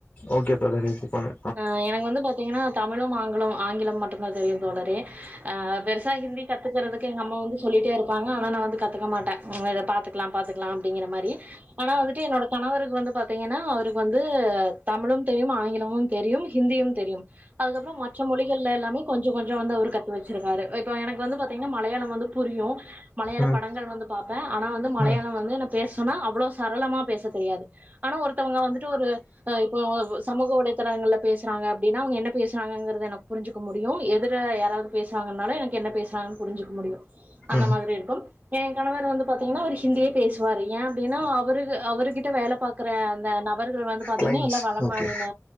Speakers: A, on the left (about 35°); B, on the right (about 35°).
A: ஓகே தோழரே இது பண்ணு
B: ஆ எனக்கு வந்து பாத்தீங்கன்னா தமிழும் ஆங்கிலம் ஆங்கிலமு மட்டும்தா தெரியும் தோழரே ஆ பெருசா ஹிந்தி கத்துக்கறதுக்கு எங்க அம்மா வந்து சொல்லிட்டே இருப்பாங்க ஆனா நான் வந்து கத் பாக்க மாட்டே இங்க இத பாத்துக்கலா பாத்துக்கலா அப்டிங்கிற மாரி ஆனா வந்துட்டு என்னோட கணவருக்கு வந்து பாத்தீங்கன்னா அவருக்கு வந்து தமிழும் தெரியும் ஆங்கிலமும் தெரியும் ஹிந்தியும் தெரியும் அதுக்கப்புறம் மற்ற மொழிகள்ல எல்லாமே கொஞ்சம் கொஞ்சம் வந்து அவரு கத்து வச்சிருக்காரு இப்ப எனக்கு வந்து பாத்தீங்கன்னா மலயாளம் வந்து புரியும் மலயாளம்
A: ம்
B: படங்கள் வந்து பாப்பே ஆனா வந்து மலயாளம்
A: ம்
B: வந்து நா பேச சொன்னா அவ்ளோ சரளமா பேச தெரியாது ஆனா ஒருத்தவங்க வந்துட்டு ஒரு ஆ இப்போ சமூக வலைத்தளங்கள்ல பேசறாங்க அப்டின்னா அவங்க என்ன பேசறாங்ககிறது எனக்கு புரிஞ்சிக்க முடியும் எதிர யாராவது பேசறாங்கனாலு எனக்கு என்ன பேசுறாங்கன்னு புரிஞ்சிக்க முடியும் அந்த
A: ம்
B: மாதிரி இருக்கும் என் கணவர் வந்து பாத்தீங்கன்னா அவர் ஹிந்தியே பேசுவாரு ஏன் அப்டின்னா அவருக்கு அவரு கிட்ட வேல பாக்கற அந்த ந பர்கள் வந்து பாத்தீங்கனா
A: கிளைண்ட்ஸ்
B: எல்லா வடமாநில
A: ஓகே